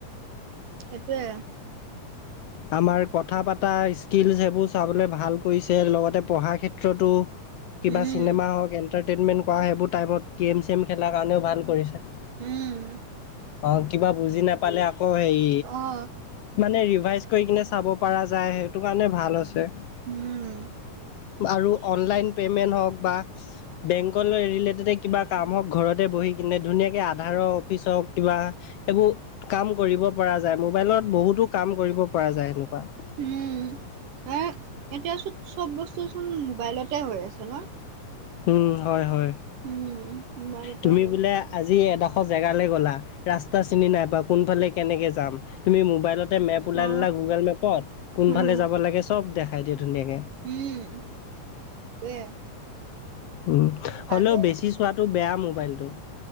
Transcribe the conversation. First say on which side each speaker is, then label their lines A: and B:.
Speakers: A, on the right; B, on the left.
A: সেইটোৱে
B: আমাৰ কথা পতা স্কিলছ সেইবোৰ চাবলে ভাল কৰিছে লগতে পঢ়াৰ ক্ষেত্ৰতো কিবা
A: উম
B: চিনেমা হওক এটাৰটেইনমেন্ট কৰা সেইবোৰ টাইমত গেম চেম খেলাৰ কাৰণেও ভাল কৰিছে
A: উম
B: অ কিবা বুজি নাপালে আকৌ হেৰি
A: অ
B: মানে ৰিভাইজ কৰি কিনে চাব পৰা যায়, সেইটো কাৰণে ভাল আছে।
A: উম
B: আৰু অনলাইন পেমেন্ট হওঁক বা, বেংকলৈ ৰিলেটেডে কিবা কাম হওঁক, ঘৰতে বহি কিনে ধুনীয়াকে আধাৰৰ অফিচ হওক কিবা এইবোৰ কাম কৰিব পৰা যায়, মোবাইলত বহুতো কাম কৰিব পৰা যায় সেনেকুৱা।
A: উম আৰু এতিয়া চোন চব বস্তুচোন মোবাইলতে হৈ আছে ন
B: উম হয় হয়
A: উম মোবাইলতে
B: তুমি
A: হয়
B: বোলে আজি এডখৰ জেগালে গ'লা ৰাস্তা চিনি নাই পোৱা কোনফালে কেনেকে যাম তুমি মোবাইলত তে মেপ উলাই
A: অ
B: ললা গুগল মেপত কোনফালে
A: উম
B: যাব লাগে চব দেখাই দিয়ে ধুনীয়াকে
A: উম সেইটোৱে
B: উম
A: ভালে
B: হ'লেও বেছি চোৱাটো বেয়া মোবাইলটো